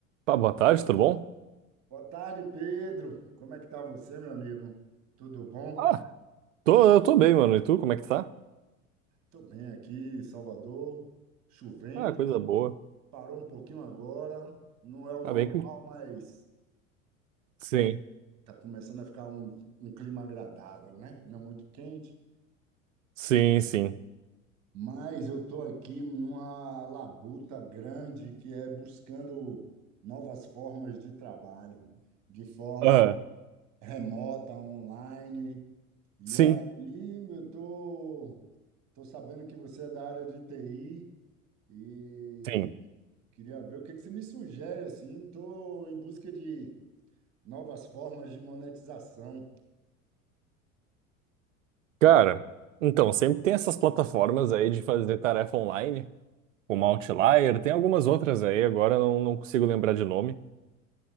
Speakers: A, on the right; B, on the right.
A: Pá, boa tarde, tudo bom?
B: Boa tarde, Pedro. Como é que tá você, meu amigo? Tudo bom?
A: Ah, tô, eu tô bem, mano. E tu, como é que tá?
B: Tô bem aqui em Salvador, chovendo.
A: Ah, coisa boa.
B: Parou um pouquinho agora. Não é o
A: Tá
B: normal,
A: bem que...
B: mas
A: Sim,
B: tá começando a ficar um, um clima agradável, né? Não muito quente.
A: sim, sim.
B: Mas eu tô aqui numa labuta grande que é buscando novas formas de trabalho, de forma
A: Ah,
B: remota, online. E
A: sim,
B: aí eu tô Estou sabendo que você é da área de TI e
A: sim.
B: queria ver o que que você me sugere assim. Estou em busca de novas formas de monetização.
A: Cara, então, sempre tem essas plataformas aí de fazer tarefa online, como Outlier, tem algumas outras aí, agora eu não, não consigo lembrar de nome.